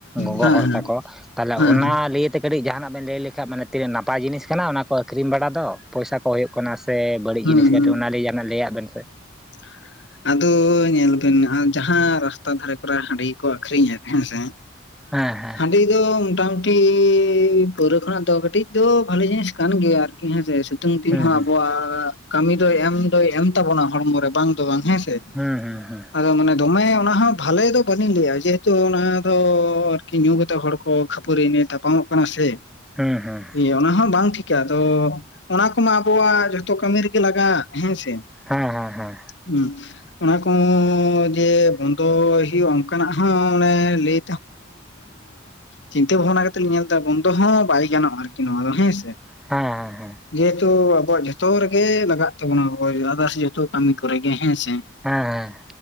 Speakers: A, in the centre; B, on the left.
A: ᱜᱚᱜᱚ
B: ᱦᱮᱸ
A: ᱦᱚᱲ ᱛᱟᱠᱚ ᱛᱟᱦᱚᱞᱮ
B: ᱦᱮᱸ
A: ᱚᱱᱟ ᱞᱤᱭᱮ ᱛᱮᱼᱼ ᱠᱟᱹᱴᱤᱡ ᱡᱟᱦᱟᱱᱟᱜ ᱵᱮᱱ ᱞᱟᱹᱭ ᱞᱮᱠᱷᱟᱱᱡ ᱢᱟᱱᱮ ᱛᱤᱱᱟᱹᱜ ᱱᱟᱯᱟᱭ ᱡᱤᱱᱤᱥ ᱠᱟᱱᱟ ᱚᱱᱟᱠᱚ ᱟᱹᱠᱷᱨᱤᱧ ᱵᱟᱲᱟ ᱫᱚ ᱯᱚᱭᱥᱟ ᱠᱚ ᱦᱩᱭᱩᱜ ᱠᱟᱱᱟ ᱥᱮ ᱵᱟᱹᱲᱤᱡ
B: ᱦᱩᱸ
A: ᱡᱤᱱᱤᱥ ᱠᱟᱹᱴᱤᱡ
B: ᱦᱩᱸ
A: ᱚᱱᱟᱱᱟᱜ ᱡᱟᱦᱟᱱᱟᱜ ᱞᱟᱹᱭᱟᱜ ᱵᱮᱱ ᱥᱮ᱾
B: <unintelligible> ᱟᱫᱚ ᱧᱮᱞ ᱵᱮᱱ ᱟᱨ ᱡᱟᱦᱟᱸ ᱨᱟᱥᱛᱟ ᱫᱷᱟᱨᱮ ᱠᱚᱨᱮ ᱦᱟᱺᱰᱤ ᱠᱚ ᱟᱠᱷᱨᱤᱧᱮᱫ ᱦᱮᱸᱥᱮ
A: ᱦᱮᱸ ᱦᱮᱸ᱾
B: ᱦᱟᱺᱰᱤ ᱫᱚ ᱢᱚᱴᱟᱢᱩᱴᱤ ᱯᱟᱹᱣᱨᱟᱹ ᱠᱷᱚᱱᱟᱜ ᱫᱚ ᱠᱟᱹᱴᱤᱡ ᱫᱚ ᱵᱟᱹᱞᱮ ᱡᱤᱱᱤᱥ ᱠᱟᱱ ᱜᱮᱭᱟ ᱟᱨᱠᱤ ᱦᱮᱸᱥᱮ ᱥᱤᱛᱩᱝ ᱫᱤᱱ
A: ᱦᱩᱸ
B: ᱦᱚᱸ
A: ᱦᱩᱸ
B: ᱟᱵᱚᱣᱟᱜ ᱠᱟᱹᱢᱤ ᱫᱚᱭ ᱮᱢ ᱫᱚᱭ ᱮᱢ ᱛᱟᱵᱚᱱᱟ ᱦᱚᱲᱢᱚ ᱨᱮ᱾ ᱵᱟᱝ ᱫᱚ ᱵᱟᱝ ᱦᱮᱸ ᱥᱮ᱾
A: ᱦᱩᱸ ᱦᱩᱸ ᱦᱩᱸ᱾
B: ᱟᱫᱚ ᱢᱟᱱᱮ ᱫᱚᱢᱮ ᱚᱱᱟ ᱦᱚᱸ ᱵᱷᱟᱞᱮ ᱫᱚ ᱵᱟᱹᱞᱤᱧ ᱞᱟᱹᱭᱟ ᱡᱮᱦᱮᱛᱩ ᱚᱱᱟ ᱫᱚ ᱟᱨᱠᱤ ᱧᱩ ᱠᱟᱛᱮᱫ ᱦᱚᱲ ᱠᱚ ᱠᱷᱟᱹᱯᱟᱹᱨᱤ ᱱᱮ ᱛᱟᱯᱟᱢᱚᱜ ᱠᱟᱱᱟ ᱥᱮ᱾
A: ᱦᱩᱸ ᱦᱮᱸ᱾
B: ᱮᱸ ᱚᱱᱟ ᱦᱚᱸ ᱵᱟᱝ ᱴᱷᱤᱠᱟ ᱛᱚ ᱚᱱᱟ ᱠᱚᱢᱟ ᱟᱵᱚᱣᱟᱜ ᱡᱷᱚᱛᱚ ᱠᱟᱹᱢᱤ ᱨᱮᱜᱮ ᱞᱟᱜᱟᱜ ᱦᱮᱸ ᱥᱮ᱾
A: ᱦᱮᱸ ᱦᱮᱸ ᱦᱮᱸ᱾
B: ᱦᱩᱸ ᱚᱱᱟ ᱠᱚ ᱡᱮ ᱵᱚᱱᱫᱚ ᱦᱩᱭᱩᱜᱼᱟ ᱚᱱᱠᱟᱱᱟᱜ ᱦᱚᱸ ᱚᱱᱮ ᱞᱟᱹᱭ ᱪᱤᱱᱛᱟ ᱵᱷᱟᱵᱱᱟ ᱠᱟᱛᱮᱫ ᱞᱤᱧ ᱧᱮᱞ ᱮᱫᱟ ᱵᱚᱱᱫᱚ ᱦᱚᱸ ᱵᱟᱭ ᱜᱟᱱᱚᱜᱼᱟ ᱟᱨᱠᱤ ᱱᱚᱣᱟ ᱫᱚ ᱦᱮᱸ ᱥᱮ᱾
A: ᱦᱮᱸ ᱦᱮᱸ
B: ᱡᱮᱦᱮᱛᱩ ᱟᱵᱚᱣᱟᱜ ᱡᱷᱚᱛᱚ ᱨᱮᱜᱮ ᱞᱟᱜᱟᱜ ᱛᱟᱵᱚᱱᱟ ᱥᱮ ᱡᱚᱛᱚ ᱠᱟᱹᱢᱤ ᱾ ᱠᱚᱨᱮ ᱜᱮ ᱦᱮᱸ ᱥᱮ᱾
A: ᱦᱮᱸ ᱦᱮᱸ᱾